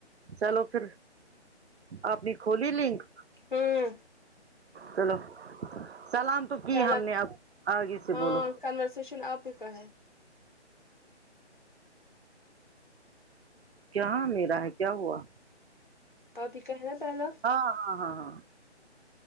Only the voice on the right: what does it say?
چلو پھر آپنی کھولی لنک
ہیلو سلام تو کی
ہم نے اب آگے سے
بولو
کیا میرا ہے کیا ہوا
ہاں ہاں ہاں ہاں